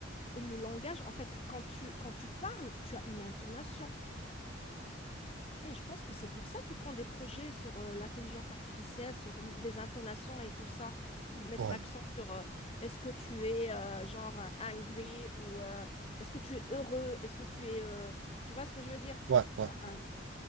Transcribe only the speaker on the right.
ouais,
ouais, ouais.
ouais.